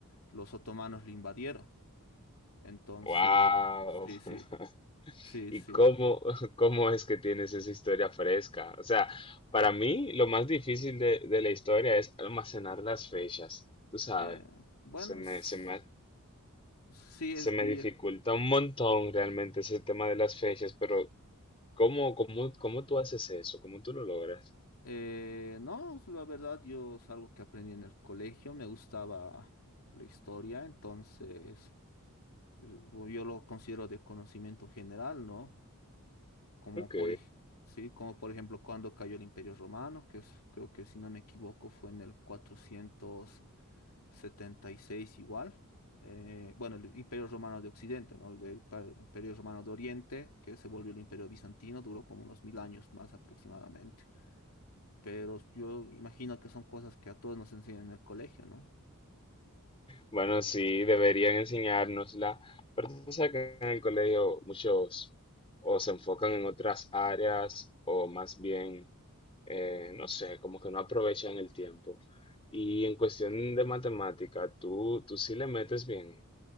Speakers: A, on the left; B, on the left.
A: los otomanos lo invadieron. Entonces,
B: Wow.
A: sí, sí,
B: <laughs>
A: sí,
B: ¿Y
A: sí.
B: cómo, <laughs> cómo es que tienes esa historia fresca? O sea, para mí lo más difícil de, de la historia es almacenar las fechas. Tú sabes,
A: Eh, bueno,
B: se me,
A: es-
B: se me,
A: sí
B: se
A: es
B: me
A: que
B: dificulta un montón realmente ese tema de las fechas, pero ¿cómo, cómo, cómo tú haces eso? ¿Cómo tú lo logras?
A: eh, no, la verdad yo es algo que aprendí en el colegio, me gustaba la historia, entonces eh, yo lo considero de conocimiento general, ¿no? Como
B: Ok.
A: por, ej- sí, como por ejemplo cuando cayó el Imperio Romano, que es, creo que si no me equivoco fue en el cuatrocientos setenta y seis igual. Eh, bueno, el Imperio Romano de Occidente, ¿no? El del pa- Imperio Romano de Oriente, que se volvió el Imperio Bizantino, duró como unos mil años más aproximadamente. Pero yo imagino que son cosas que a todos nos enseñan en el colegio, ¿no?
B: Bueno, sí, deberían enseñárnosla, pero tú sabes que en el colegio muchos o se enfocan en otras áreas o más bien eh, no sé, como que no aprovechan el tiempo. Y en cuestión de matemática, tú, tú sí le metes bien.